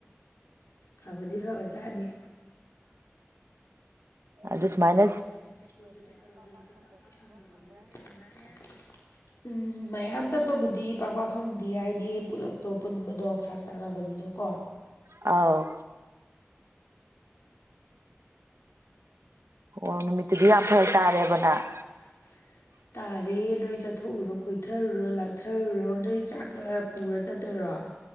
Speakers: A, on the left (about 75°); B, on the right (about 80°).
A: ꯐꯕꯗꯤ ꯐꯕ ꯆꯥꯅꯤꯦ
B: ꯑꯗꯨ ꯁꯃꯥꯏꯅ꯫
A: ꯑꯗꯨ ꯁꯨꯃꯥꯏꯅ ꯀꯣꯏꯕ ꯆꯠꯄꯁꯦ ꯍꯦꯛꯇ ꯄꯥꯛ ꯄꯥꯛ ꯐꯪꯗꯕꯅꯤꯕꯣ ꯐꯪꯕ꯭ꯔꯥꯅꯦ꯫ ꯎꯝ ꯃꯌꯥꯝ ꯆꯠꯄꯕꯨꯗꯤ ꯄꯥꯛ ꯄꯥꯛ ꯐꯪꯗꯦ ꯍꯥꯏꯗꯤ ꯄꯨꯂꯞꯇꯣ ꯄꯨꯟꯕꯗꯣ꯫ ꯐꯔꯛ ꯇꯥꯅꯕꯗꯨꯗꯀꯣ꯫
B: ꯑꯥꯎ꯫ ꯑꯣ ꯅꯨꯃꯤꯠꯇꯨꯗꯤ ꯌꯥꯝ ꯐꯔꯛ ꯇꯥꯔꯦꯕ ꯅꯪ꯫
A: ꯂꯩꯕꯨꯅ꯫ ꯇꯥꯔꯦ ꯅꯣꯏ ꯆꯠꯊꯣꯛꯎꯔꯣ ꯀꯣꯏꯊꯔꯨꯔꯣ ꯂꯥꯡꯊꯔꯨꯔꯣ ꯅꯣꯏ ꯆꯥꯛꯀ ꯄꯨꯔ꯫ ꯆꯠꯇꯨꯔꯣ꯫